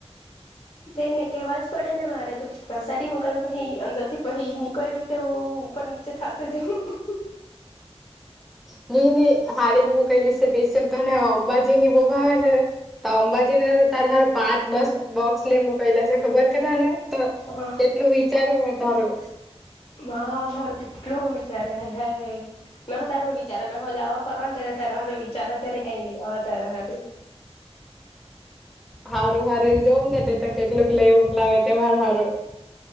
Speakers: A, in the centre; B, on the left.
A: <inaudible>
B: તેને કેવા જ પડે ને મારે પ્રસાદી <unintelligible> પહિ અંદર થી પહિ નીકળ્યું તો એવું એવું નીચે થાતો જવું
A: નઈ નઈ હારી જ મોકલી છે પેશિયલ તને અંબાજી ની બો ભાવે ને તો અંબાજી ન તારું હારુ પાંચ બોક્સ લે મુકેલા છે ખબર કે તને તો
B: જવું
A: કેટલું વિચારું મેં તારું.
B: મારું કેટલું વિચાર હાય હાય હ મે હો તારું વિચારા મે હો જવા ફરવા ત્યારે તારા હારું વિચારા ત્યારે કઈ લીયાવા તાર હારું.
A: હારું હારું જોમ ને તે તો કેટલુંક લઈ મોકલાવે તે માર હારું